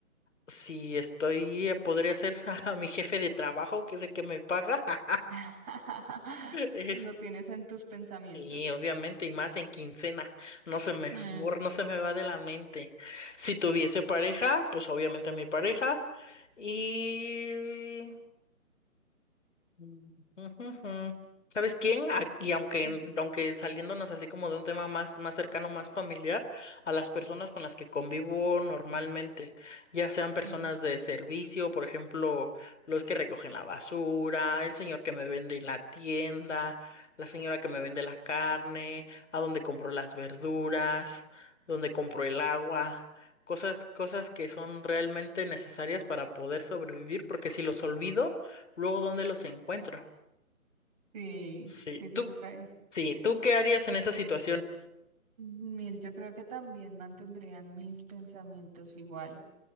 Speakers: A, on the left; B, on the right.
A: si estoy, podría ser <laughs> a mi jefe de trabajo, que es el que me paga. <laughs>
B: <laughs>
A: Este,
B: Lo tienes en tus pensamientos.
A: Y obviamente, y más en quincena, no se me,
B: Mm,
A: bor- no se me va de la mente. Si tuviese pareja, pues obviamente a mi pareja. Y Mm, ujujú. ¿Sabes quién? A- Y aunque,
B: mm,
A: aunque saliéndonos así como de un tema más, más cercano, más familiar, a las personas con las que convivo normalmente, ya sean personas
B: mm.
A: de servicio, por ejemplo, los que recogen la basura, el señor que me vende en la tienda, la señora que me vende la carne, a donde compro las verduras, donde compro el agua. Cosas, cosas que son realmente necesarias para poder sobrevivir, porque si los olvido, Luego, ¿dónde los encuentro?
B: Sí,
A: Sí,
B: sí, te
A: tú,
B: toca eso.
A: sí, ¿tú qué harías en esa situación?
B: Mir, yo creo que también mantendrían mis pensamientos igual